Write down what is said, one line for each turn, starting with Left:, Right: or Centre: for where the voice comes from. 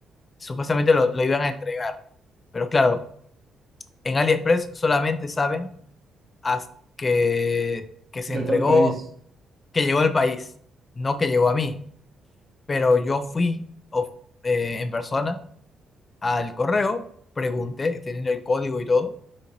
Left: supuestamente lo, lo iban a entregar. Pero claro, en AliExpress solamente saben hasta que, que se
Right: Llegó
Left: entregó,
Right: al país.
Left: que llegó al país, no que llegó a mí. Pero yo fui of- eh, en persona al correo, pregunté, teniendo el código y todo,